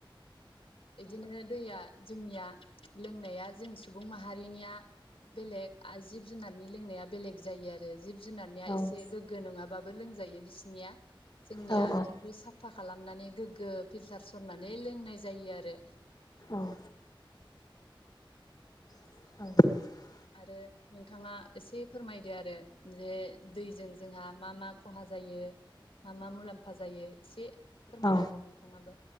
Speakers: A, on the left; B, on the left.
A: बिदिनो दैया जोंनिया लोंनाया जों सुबुं माहारिनिया बेलेग जिब जुनारनि लोंनाया बेलेग जायो आरो। जिब जुनारनिया
B: औ
A: एसे गोग्गो नङाबा बो लोंजायो बिसनिया। जोंनिया
B: औ
A: खिन्थु साफा खालाम गोग्गो फिल्टार सरनानै लोंनाय जायो आरो।
B: औ। <inaudible>
A: आरो नोंथाङा एसे फोरमायदो आरो। बजे दैजों जोंहा मा मा खहा जायो मा मा मुलाम्फा जायो एसे फोरमायना
B: औ
A: होदो नोंथाङाबो